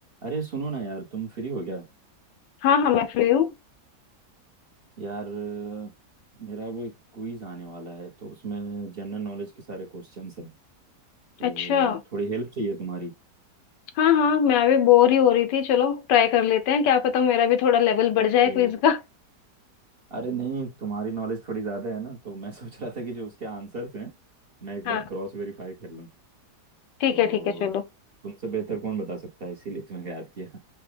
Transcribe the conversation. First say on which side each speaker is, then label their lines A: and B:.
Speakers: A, on the right (about 40°); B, on the left (about 85°).
A: अरे सुनो ना यार तुम फ्री हो क्या
B: हाँ हाँ मैं फ्री हूँ
A: यार अ, मेरा वो एक क्विज आने वाला है तो उसमें जनरल नॉलेज के सारे क्वेश्चंस हैं तो
B: अच्छा
A: थोड़ी हेल्प चाहिए तुम्हारी
B: हाँ हाँ मैं भी बोर ही हो रही थी चलो ट्राई कर लेते हैं क्या पता मेरा भी थोड़ा लेवल बढ़ जाए
A: तो
B: क्विज का
A: अरे नहीं तुम्हारी नॉलेज थोड़ी ज़्यादा है ना तो मैं <laughs> सोच रहा था कि जो उसके आंसर्स हैं मैं एक
B: हाँ
A: बार
B: हाँ,
A: क्रॉस वेरीफाई कर लूँ
B: ठीक
A: तो
B: है ठीक है चलो
A: तुमसे बेहतर कौन बता सकता है इसीलिए तुम्हें याद किया